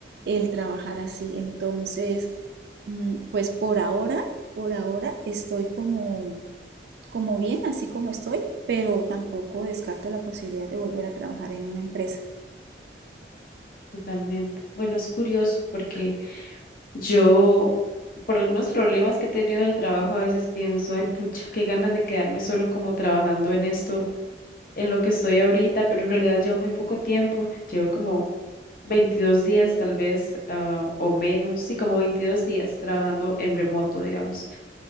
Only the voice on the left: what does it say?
Totalmente. Bueno, es curioso porque yo, por algunos problemas que he tenido en el trabajo, a veces pienso, ay, pucha, qué ganas de quedarme solo como trabajando en esto, en lo que estoy ahorita, pero en realidad llevo muy poco tiempo, llevo como 22 días tal vez ah, o menos, sí, como 22 días trabajando en remoto, digamos.